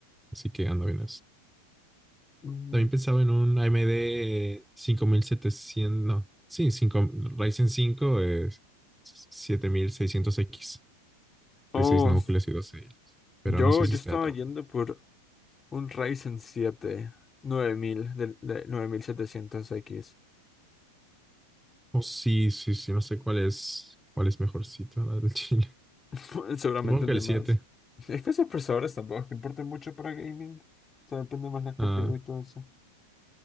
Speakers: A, in the centre; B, on the left (about 20°).
A: Así que ando bien
B: Mm,
A: También pensaba en un AMD setecientos no, sí, 5, Ryzen cinco es siete mil seiscientos x
B: Oh.
A: de 6 núcleos y 12 hilos, pero
B: Yo,
A: no sé
B: yo
A: si está
B: estaba
A: tan
B: yendo
A: bueno.
B: por un Ryzen 7 9000 de, de nueve mil setecientos x
A: O sí, sí, sí, no sé cuál es, cuál es mejorcito, la del Chile. <laughs>
B: <laughs> Seguramente
A: Supongo
B: el
A: que
B: de
A: el
B: más.
A: siete
B: Es que esos procesadores tampoco es que importan mucho para gaming. O sea, depende más la CPU
A: Ah,
B: y todo eso.